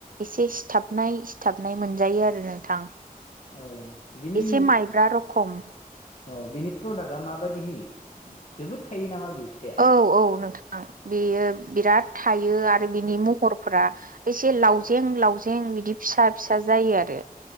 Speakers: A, on the right; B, on the left.
A: एसे सिथाबनाय सिथाबनाय मोनजायो आरो नोंथां।
B: औ बिनि
A: एसे माइब्रा रखम
B: औ बिनि प्रडाक्टआ माबायदि होयो जोबोद थायो नामा? बे फिथाइआ
A: औ औ नोंथां बेयो बिराद थायो आरो बिनि महरफोरा एसे लावजें लावजें बिदि फिसा फिसा जायो। आरो